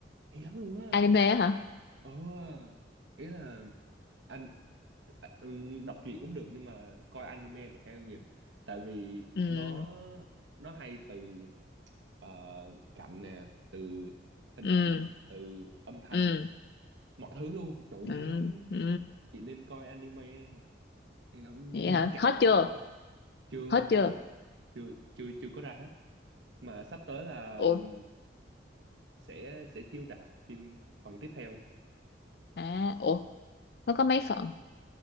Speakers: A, on the right (about 80°); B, on the left (about 60°).
A: hay lắm luôn á
B: anime á hả
A: ờ ý là anh à, ừm, đọc truyện cũng được nhưng mà coi anime thì hay hơn nhiều tại vì
B: ừ
A: nó nó hay từ ờ, cảnh nè từ hình
B: ừ
A: ảnh từ âm thanh
B: ừ
A: mọi thứ luôn trời ơi,
B: ừ
A: hay lắm
B: ừ
A: hay lắm chị nên coi anime hay lắm
B: vậy
A: đúng
B: hả
A: cảm
B: hết
A: động
B: chưa
A: luôn chưa
B: hết chưa
A: chưa chưa chưa chưa có ra hết mà sắp tới là
B: ủa
A: ừm, sẽ sẽ chiếu rạp phim phần tiếp theo
B: à ủa nó có mấy phần